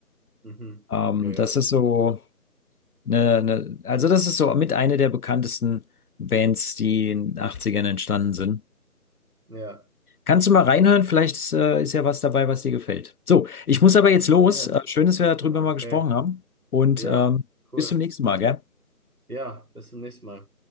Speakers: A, on the right; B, on the left.
A: Mhm,
B: Ähm,
A: okay,
B: das
A: ja.
B: ist so. Ne, ne, also das ist so mit einer der bekanntesten Bands, die in den Achtzigern entstanden sind.
A: Ja,
B: Kannst du mal reinhören? Vielleicht ist, äh, ist ja was dabei, was dir gefällt. So, ich muss aber jetzt los.
A: ja.
B: Äh, schön, dass wir darüber
A: Okay,
B: mal gesprochen haben. Und
A: ja,
B: ähm,
A: cool.
B: bis zum nächsten Mal, gell?
A: Ja, bis zum nächsten Mal.